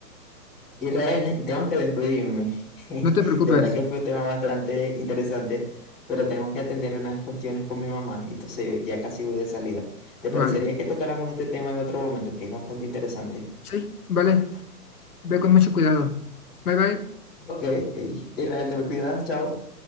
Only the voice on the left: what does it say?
No te preocupes,
vale.
Sí, vale. Ve con mucho cuidado. Bye bye.